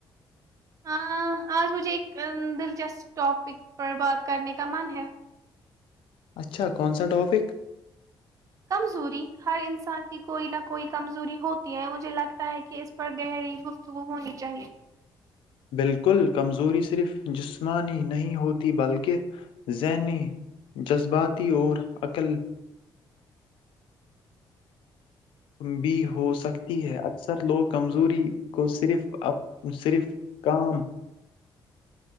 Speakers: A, on the right (about 40°); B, on the left (about 80°).
A: ہ آج مجھے ایک دلچسپ ٹاپک پر بات کرنے کا من ہے
B: اچھا کون سا ٹاپک
A: کمزوری ہر انسان کی کوئی نہ کوئی کمزوری ہوتی ہے مجھے لگتا ہے کہ اس پر گہری گفتگو ہونی چاہیے
B: بالکل کمزوری صرف جسمانی نہیں ہوتی بلکہ ذہنی جذباتی اور عقل بھی ہو سکتی ہے اکثر لوگ کمزوری کو صرف اپ صرف کام